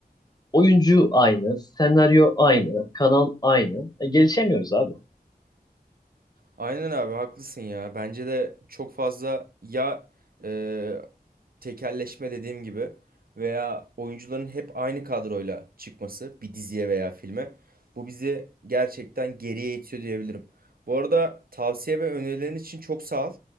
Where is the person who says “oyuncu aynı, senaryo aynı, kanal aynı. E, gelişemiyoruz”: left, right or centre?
Left